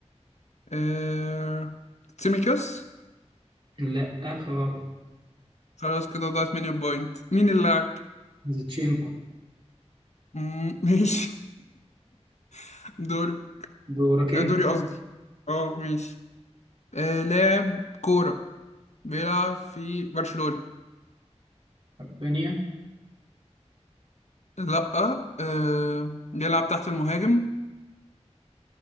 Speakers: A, on the left; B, on the right.
A: آه... سيميكاس
B: لا غلط
A: خلاص كده ضاعت مني البوينت مين اللاعب
B: زيتشينكو
A: مم، ماشي <laughs> دوري
B: دورك
A: آه،
B: انت
A: دوري قصدي اه ماشي آه، لاعب كورة بيلعب في برشلونة
B: ثانية
A: لأ آه، بيلعب تحت المهاجم